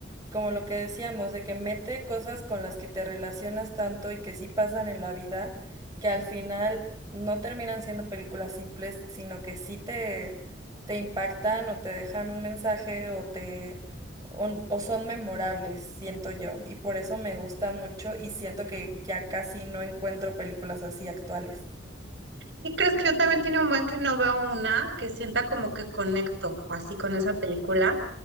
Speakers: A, on the right (about 20°); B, on the right (about 70°).
A: como lo que decíamos, de que mete cosas con las que te relacionas tanto y que sí pasan en la vida, que al final no terminan siendo películas simples, sino que sí te, te impactan o te dejan un mensaje o te o, o son memorables, siento yo, y por eso me gustan mucho y siento que ya casi no encuentro películas así actuales.
B: Y crees que yo también tiene un buen que no veo una que sienta como que conecto así con esa película.